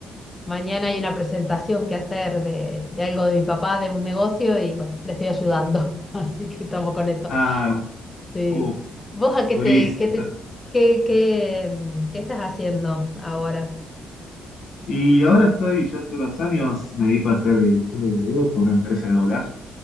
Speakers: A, on the left; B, on the left.
A: mañana hay una presentación que hacer de, de algo de mi papá, de un negocio y bueno, le estoy ayudando, <laughs> así que estamos con eso.
B: Ah,
A: Sí.
B: uff,
A: ¿Vos a qué
B: durísimo.
A: te, qué te,
B: <laughs>
A: qué, qué, mm, qué estás haciendo ahora?
B: Y ahora estoy, ya hace unos años, me dedico a hacer edición de video para una empresa de doblaje.